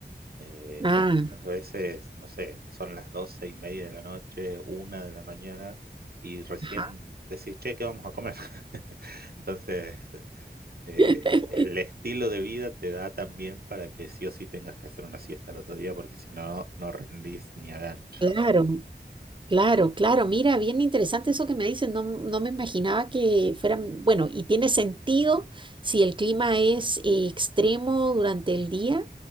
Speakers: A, on the right (about 60°); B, on the right (about 30°).
A: Eh,
B: ah,
A: muchas veces, no sé, son las doce y media de la noche, una de la mañana, y recién
B: ajá.
A: decís, che, ¿qué vamos a comer? <laughs> Entonces, eh,
B: <laughs>
A: el estilo de vida te da también para que sí o sí tengas que hacer una siesta al otro día, porque si no, no rendís ni a gancho.
B: Claro. Claro, claro, mira, bien interesante eso que me dices, no, no me imaginaba que fueran, bueno, y tiene sentido si el clima es eh, extremo durante
A: Ujú,
B: el día,